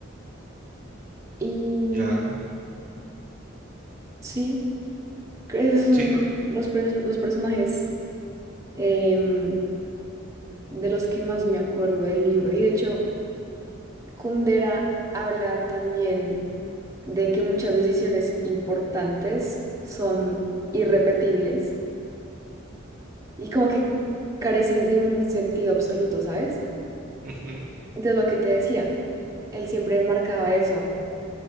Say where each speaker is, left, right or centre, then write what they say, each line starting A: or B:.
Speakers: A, on the right; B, on the right.
A: Y
B: Ya,
A: mm, sí, creo que esos son
B: sí, ¿no?
A: los, perso- los personajes em, de los que más me acuerdo del libro. Y de hecho, Kundera habla también de que muchas decisiones importantes son irrepetibles y como que carecen de un sentido absoluto, ¿sabes?
B: Ujú,
A: Entonces, lo que te decía, él siempre marcaba eso,